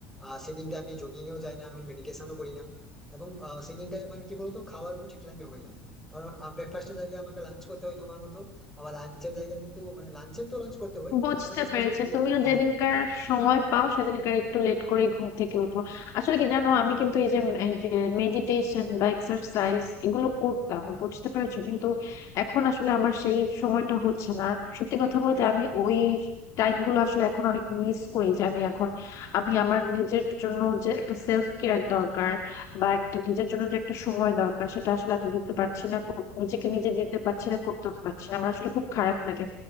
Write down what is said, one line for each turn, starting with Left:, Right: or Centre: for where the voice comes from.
Centre: আর সেই দিনটা আমি জগিংয়েও যাই না আমি মেডিটেশনও করি না এবং আহ, সেই দিনটায় মানে কি বলতো খাওয়ার কিন্তু ঠিক টাইমে হয় না কারণ ব্রেকফাস্টের জায়গায় আমাকে লাঞ্চ করতে হয় তোমার মতো আবার লাঞ্চের জায়গায় কিন্তু মানে লাঞ্চের তো লাঞ্চ করতে হয়
Left: বুঝতে
Centre: তার পাশাপাশি
Left: পেরেছি
Centre: ডি-
Left: তুমিও
Centre: হ্যাঁ
Left: যেদিনকার সময় পাও সেদিনকার একটু লেট করে ঘুম থেকে উঠো আসলে কি জানো আমি
Centre: ঠিক
Left: কিন্তু
Centre: বলেছো
Left: এই যে এই যে মেডিটেশন বা এক্সারসাইজ এগুলো করতাম বুঝতে পেরেছো কিন্তু এখন আসলে আমার সেই সময়টা হচ্ছে না আর সত্যি কথা বলতে আমি ওই টাইম গুলো আসলে এখন অনেক মিস করি যে আমি এখন আমি আমার নিজের জন্য যে একটা সেলফ কেয়ার দরকার বা একটা নিজের জন্য যে একটা সময় দরকার সেটা আসলে আমি দিতে পারছি না নিজেকে নিজে দিতে পারছি না করতে পারছি না আমার আসলে খুব খারাপ লাগে